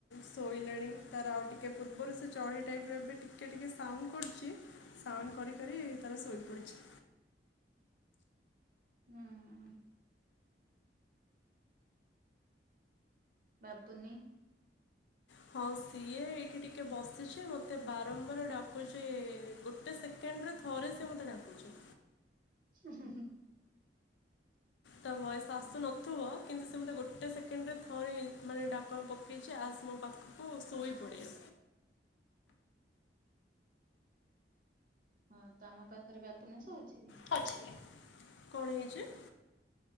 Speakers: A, on the left; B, on the right.
A: ଶୋଇଲାଣି ତାର ଆଉ ଟିକେ ପୂର୍ବରୁ ସେ ଚଢେଇ ଟାଇପ୍ ର ଏବେ ଟିକ୍ ଟିକେ ଟିକେ ସାଉଣ୍ଡ କରୁଚି ସାଉଣ୍ଡ କରିି କରି ତାର ଶୋଇପଡ଼ିଚି।
B: ହୁଁ। ବାବୁନି।
A: ହଁ ସିଏ ଏଇଠି ଟିକେ ବସିଚି ମତେ ବାରମ୍ବାର ଡାକୁଛି ଗୋ ଗୋଟେ ସେକେଣ୍ଡେରେ ଥରେ ସେ ମତେ ଡାକୁଚି।
B: ହୁଁ ହୁଁ ହୁଁ।
A: ତା ଭଏସ୍‌ ଆସୁ ନଥୁବ କିନ୍ତୁ ସେ ମୋତେ ଗୋଟେ ସେକେଣ୍ଡେରେ ଥରେ ମାନେ ଡାକ ପକେଇଚି ଆସ୍‌ ମୋ ପାଖ କୁ ଶୋଇ ପଡିଆ।
B: ହଁ ତମ ପାଖରେ ବାବୁନି ସୋଉଚିକି?
A: ଖଜିକି କଣ ହେଇଛି?